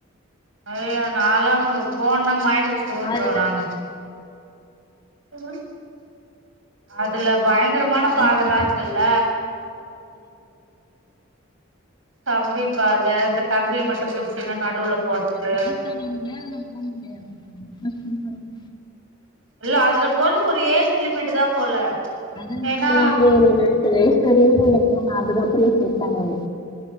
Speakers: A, on the right; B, on the left.
A: ஐயோ நான் எல்லாம் போன மை கி அடிச்சு விழுந்துருவேன்
B: அதுல
A: நானு உஹ்ஹம் அதுல பயங்கர மான பாதலா
B: ம்,
A: இருக்குல்ல கம்பி பாதை அந்த கம்பிய மட்டும் புடிச்சி நான் நடுவுல போறதுக்கு
B: வயசானவங்க அதுல போ முடியாது ரொம்ப கஷ்டமா இருக்கு
A: இல்ல அதுல போறதுக்கு ஒரு ஏஜ் லிமிட் தான் போல
B: அத
A: ஏன்னா
B: நமது <unintelligible> சரினு இப்ப போனா அதுக்கப்புறோ செட்டாகாது